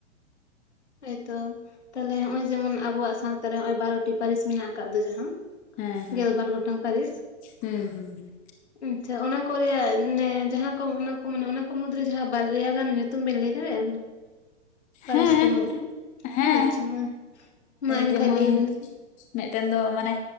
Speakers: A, on the left; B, on the left.
A: ᱦᱚᱭ ᱛᱚ ᱛᱟᱦᱚᱞᱮ ᱦᱚᱜ-ᱚᱭ ᱡᱮᱢᱚᱱ ᱟᱵᱚᱣᱟᱜ ᱥᱟᱶᱛᱟ ᱨᱮ ᱦᱚᱜ-ᱚᱭ ᱵᱟᱨᱚᱴᱤ ᱯᱟᱹᱨᱤᱥ ᱢᱮᱱᱟᱜ ᱠᱟᱫ ᱫᱚ ᱡᱟᱦᱟᱸ
B: ᱦᱮᱸ
A: ᱜᱮᱞᱵᱟᱨ ᱜᱚᱴᱟᱝ ᱯᱟᱹᱨᱤᱥ
B: ᱦᱮᱸ ᱦᱩᱸ ᱦᱩᱸ
A: ᱟᱪᱪᱷᱟ ᱚᱱᱟ ᱠᱚ ᱨᱮᱭᱟᱜ ᱢᱟᱱᱮ ᱡᱟᱦᱟᱸ ᱠᱚ ᱚᱱᱟ ᱠᱚ ᱢᱮᱱᱟᱜ-ᱟ ᱚᱱᱟ ᱠᱚ ᱢᱩᱫᱽ ᱨᱮ ᱡᱟᱦᱟᱸ ᱵᱟᱨᱭᱟ ᱜᱟᱱ ᱧᱩᱛᱩᱢ ᱵᱤᱱ ᱞᱟᱹᱭ ᱫᱟᱲᱮᱭᱟᱜ-ᱟ ᱯᱟᱹᱨᱤᱥ
B: ᱦᱮᱸ
A: ᱠᱚ ᱢᱩᱫᱽ ᱨᱮ
B: ᱦᱮᱸ
A: ᱟᱪᱪᱷᱟ ᱢᱟ ᱢᱟ ᱮᱱᱠᱷᱟᱡ
B: ᱡᱮᱢᱚᱱ
A: ᱞᱟᱹᱭ ᱵᱤᱱ ᱥᱮ
B: ᱢᱤᱫᱴᱮᱱ ᱫᱚ ᱢᱟᱱᱮ